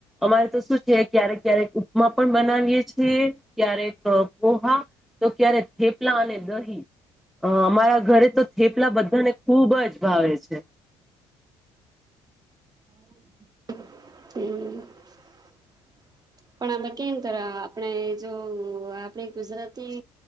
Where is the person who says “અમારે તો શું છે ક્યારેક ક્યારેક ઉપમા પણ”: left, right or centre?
Centre